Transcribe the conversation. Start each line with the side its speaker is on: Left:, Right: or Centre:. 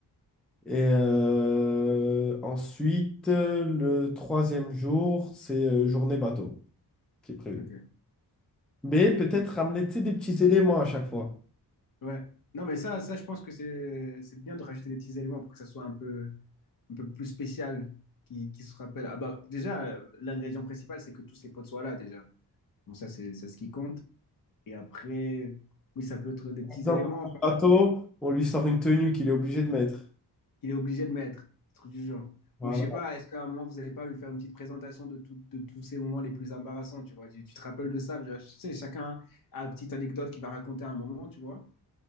Centre: Et euh, ensuite, euh, le troisième jour, c'est euh, journée bateau qui est prévu.
Left: Ok.
Centre: Mais peut-être ramener, tu sais, des petits éléments à chaque fois.
Left: Ouais. Non, mais ça, ça, je pense que c'est c'est bien de rajouter des petits éléments pour que ça soit un peu, un peu plus spécial, qui, qui se rappelle. Ah bah, déjà, euh, l'ingrédient principal, c'est que tous ces potes soient là, déjà. Bon, ça, c'est c'est ce qui compte. Et après, oui, ça peut être des petits
Centre: dans
Left: éléments par
Centre: un
Left: exemple,
Centre: bateau, on lui sort une tenue qu'il est obligé de mettre.
Left: qu'il est obligé de mettre, des trucs du genre.
Centre: Voilà.
Left: Ou je sais pas, est-ce qu'à un moment, vous n'allez pas lui faire une petite présentation de, tout- de tous ces moments les plus embarrassants, tu vois? Tu, tu te rappelles de ça? Je- je sais, chacun a une petite anecdote qu'il va raconter à un moment, tu vois?